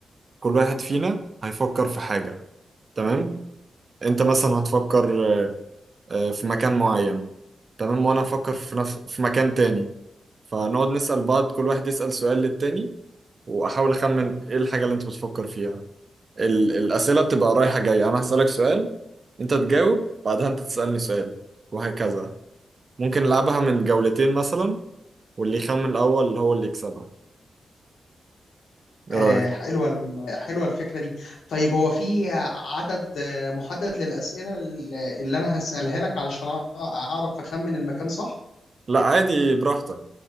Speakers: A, on the right; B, on the left.
A: كل واحد فينا هيفكر في حاجة تمام انت مثلا هتفكر آه، آه، في مكان معين تمام وانا هفكر في نفس في مكان تاني فنقعد نسأل بعض كل واحد يسأل سؤال للتاني واحاول اخمن ايه الحاجة اللي انت بتفكر فيها ال- الأسئلة بتبقى رايحة جاية أنا هسألك سؤال أنت تجاوب بعدها أنت تسألني سؤال وهكذا ممكن نلعبها من جولتين مثلا واللي يخمن الأول هو اللي يكسبها إيه
B: آه،
A: رأيك؟
B: حلوه ال- حلوه الفكره دي طيب هو في عدد آه، محدد للاسئله ال- اللي انا هسالها لك علشان أع- اعرف اخمن المكان صح
A: لا عادي براحتك